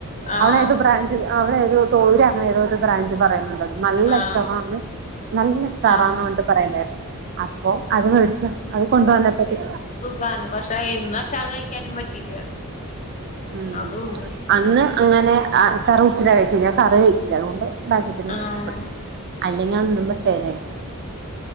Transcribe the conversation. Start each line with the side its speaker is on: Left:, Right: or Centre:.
Left: ആഹ്
Right: അവളേത് ബ്രേഞ്ച അങ്ങനെ ഏതോര് ബ്രാഞ്ച പറയുന്നുണ്ടായ്ര്ന്നു നല്ല
Left: ആഹ്
Right: അച്ചാറാന്ന് നല്ല അച്ചാറാന്ന്
Left: ആഹ്
Right: പർഞ്ട്ട് പറയ്ണ്ടായ്രുന്നു അപ്പൊ അത് വേടിച്ചോ അത് കൊണ്ട് വന്നപ്പഴത്തേ
Left: താണ് പഷെ ഇന്ന് അച്ചാറ് കഴിക്കാനും പറ്റില്ലാ
Right: ഉം
Left: അതും ഇണ്ട്
Right: അന്ന് അങ്ങനെ അച്ചാറ് കുട്ടിട്ടാ കഴിച്ചത് കറി കഴിച്ചില്ല അത് കൊണ്ട് ഭാഗ്യത്തിന്
Left: ആഹ്
Right: രക്ഷപ്പെട്ടു അല്ലെങ്കി അന്നും പെട്ടേനെ